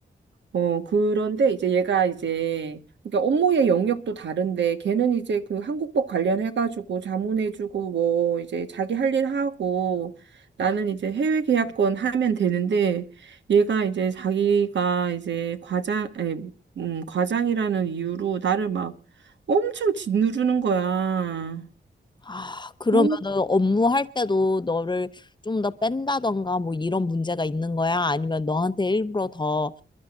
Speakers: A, on the right; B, on the left.
A: 어, 그런데 이제 얘가 이제 그러니까 업무의 영역도 다른데 걔는 이제 그 한국법 관련해가지고 자문해주고 뭐 이제 자기 할 일 하고 나는 이제 해외 계약권 하면 되는데 얘가 이제 자기가 이제 과장, 아니, 음, 과장이라는 이유로 나를 막 엄청 짓누르는 거야.
B: 아, 그러면은
A: 어.
B: 업무할 때도 너를 좀 더 뺀다던가 뭐 이런 문제가 있는 거야? 아니면 너한테 일부러 더